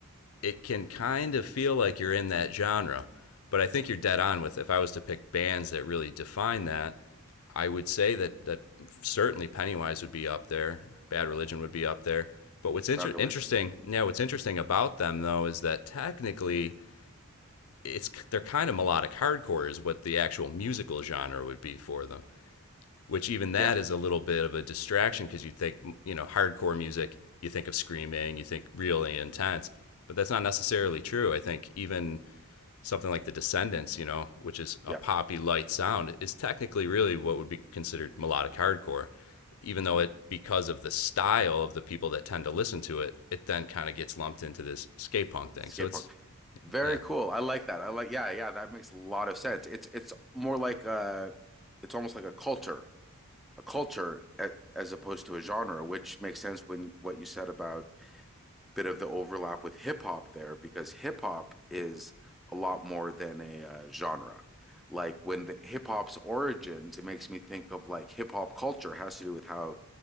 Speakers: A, on the left; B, in the centre.
A: it can kind of feel like you're in that genre. But I think you're dead on with if I was to pick bands that really define that, I would say that that certainly Pennywise would be up there. Bad Religion would be up there. But what's inter-
B: Bad Religion.
A: interesting, yeah, what's interesting about them though is that technically it's they're kind of melodic hardcore is what the actual musical genre would be for them. Which even that
B: Yeah,
A: is a little bit of a distraction because you think you know hardcore music, you think of screaming, you think really intense, but that's not necessarily true. I think even something like the Descendants, you know, which is a
B: yeah.
A: poppy light sound, is technically really what would be considered melodic hardcore, even though it, because of the style of the people that tend to listen to it, it then kind of gets lumped into this skate punk thing.
B: Skate
A: So it's,
B: punk. Very
A: yeah.
B: cool. I like that. I like yeah, yeah, that makes a lot of sense. It's it's more like uh it's almost like a culture a culture as opposed to a genre, which makes sense when what you said about a bit of the overlap with hip hop there, because hip hop is a lot more than a uh, genre. Like when the hip hop's origins, it makes me think of like hip hop culture has to do with how